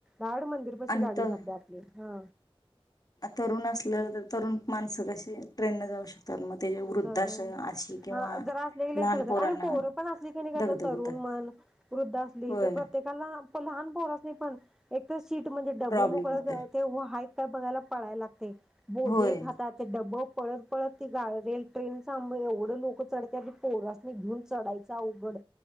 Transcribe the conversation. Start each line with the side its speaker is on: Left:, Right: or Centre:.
Centre: कार्ड मंदिर पशी
Left: आणि
Centre: गाडी
Left: तर
Centre: जात्या आपली ह
Left: तरुण असलं तर तरुण मानसं कशी ट्रेन न जाऊ शकतात मग त्याच्या वृद्धाश
Centre: ज
Left: अशी किंवा
Centre: हा जरा असले
Left: लहान
Centre: ग
Left: पोरांना
Centre: आणि पोर पण असली की नाही कस
Left: दगदग
Centre: तरुण
Left: होतं
Centre: मन वृद्ध असली
Left: होय
Centre: तर प्रत्येकाला लहान पोरासनी पण एक त सीट म्हणजे ड्ब
Left: प्रॉब्लेम
Centre: मोकळ
Left: होते
Centre: ते हो आहेत काय बघाला पळाय लाग ते भोजे
Left: होय
Centre: खाता ते डबप पळत पळत रेल ट्रेन एवढं लोकं चढत्यात आधी पोरासनी घेऊन चढायचं अवघड